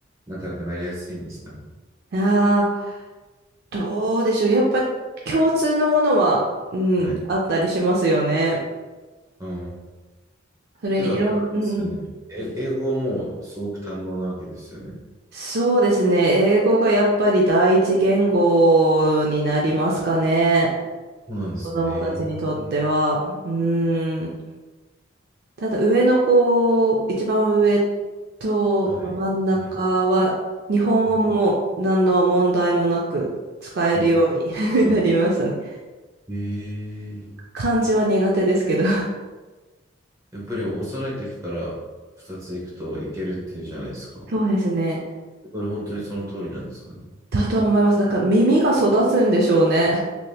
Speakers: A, on the right; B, on the right.
A: 仲良くなりやすいんですかね。
B: ああ、どうでしょう。やっぱり共通のものは、うん、
A: はい。
B: あったりしますよね。
A: ああ。
B: それにいろん、
A: けど、あれですよね。
B: うんうん。
A: え英語はもうすごく堪能なわけですよね。
B: そうですね。英語がやっぱり第一言語になりますかね。
A: そうなんですね。
B: 子供たちにとっては。
A: えー
B: うーん。ただ上の子、一番上と、
A: はい。
B: まあ真ん中は、
A: はい。
B: 日本語ももう何の問題もなく使えるように
A: はい。お、すごい。
B: <laughs> なりましたね。
A: えー、
B: 漢字は苦手ですけど。
A: やっぱり幼い時から2つ行くといけるっていうじゃないですか。
B: そうですね。
A: これ本当にその通りなんですかね。
B: だと思います。だから耳が育つんでしょうね。